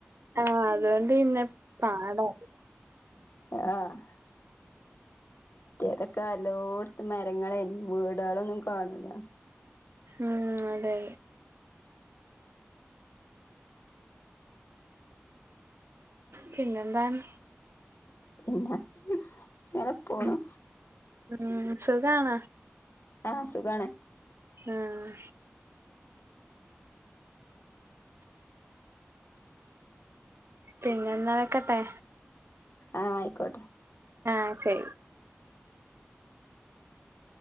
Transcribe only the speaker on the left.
ആഹ്‌ അതൊക്കെ എല്ലോട്ത്തും മരങ്ങളേ വീടാളൊന്നും കാണൂല
പിന്നെ ഇങ്ങനെ പോണു
ആഹ സുഖാണ്
ആഹ ആയിക്കോട്ടെ